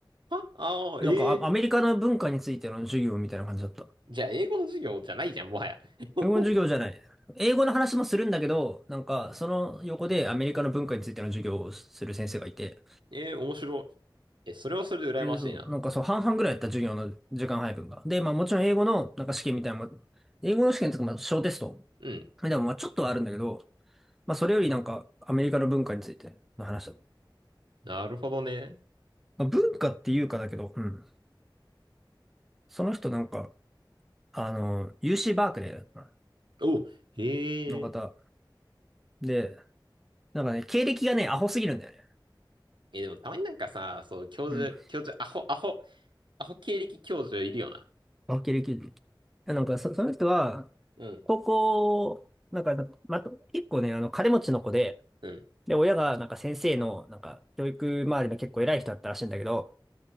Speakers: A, on the right; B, in the centre.
A: はああー、
B: なんか、
A: ええ
B: あアメリカの文化についての授業みたいな感じだった。
A: じゃあ英語の授業じゃないじゃん、もはや。<laughs>
B: 英語の授業じゃない。英語の話もするんだけど、なんか、その横でアメリカの文化についての授業をする先生がいて、
A: ええ面白い。え、それはそれで羨ましいな。
B: えーと、なんかそう、半々ぐらいやった授業の時間配分が。で、まあもちろん英語のなんか試験みたいなのも英語の試験とかまあ小テスト。
A: うん。
B: でもまあちょっとはあるんだけど、まあそれよりなんかアメリカの文化についての話だ。
A: なるほどね。
B: まあ文化っていうかだけど、うん。その人なんか、あの、UC バークレーだったな
A: お、へえ。
B: の方。で、なんかね、経歴がね、アホすぎるんだよね。
A: え、でもたまになんかさ、そう、教授、
B: うん。
A: 教授、アホ、アホ、アホ経歴教授いるよな。
B: あ、経歴で。なんかそ、その人は、
A: うん、
B: 高校、なんか、ま、結構ね、あの、金持ちの子で、
A: うん、
B: で、親が、なんか先生の、なんか、教育周りの結構偉い人だったらしいんだけど、